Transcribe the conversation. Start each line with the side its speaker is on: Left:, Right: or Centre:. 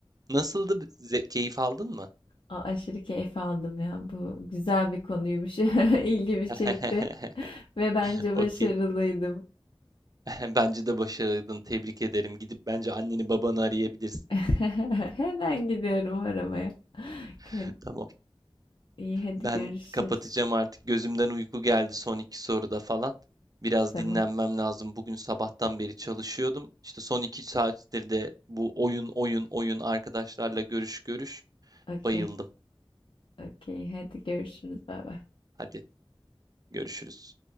Right: Nasıldı? ze- Keyif aldın mı?
Left: A- aşırı keyif aldım ya. Bu güzel bir konuymuş. <laughs> İlgimi
Right: <laughs>
Left: çekti. Ve bence başarılıydım.
Right: Okey. <laughs> Bence de başardın. Tebrik ederim. Gidip bence anneni babanı arayabilirsin.
Left: <laughs> Hemen gidiyorum aramaya.
Right: <laughs>
Left: Hadi-
Right: Tamam.
Left: İyi hadi
Right: Ben
Left: görüşürüz.
Right: kapatacağım artık. Gözümden uyku geldi son iki soruda falan. Biraz
Left: Tamam.
Right: dinlenmem lazım. Bugün sabahtan beri çalışıyordum. İşte son iki saattir de bu oyun oyun oyun arkadaşlarla görüş görüş.
Left: Okey.
Right: Bayıldım.
Left: Okey. Hadi görüşürüz. Bay bay.
Right: Hadi görüşürüz.